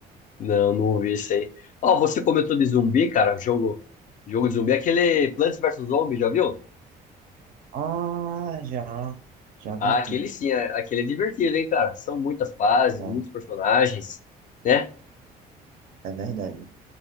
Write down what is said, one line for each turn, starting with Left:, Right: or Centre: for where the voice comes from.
Left: Não, não ouvi isso aí. Ó, você comentou de zumbi, cara. Jogo, jogo de zumbi. Aquele Plants versus Zombies, já viu?
Right: Ah, já. Já vi
Left: Ah,
Right: sim.
Left: aquele sim, a- aquele é divertido, hein, cara? São muitas fases,
Right: Não,
Left: muitos personagens, né?
Right: é verdade.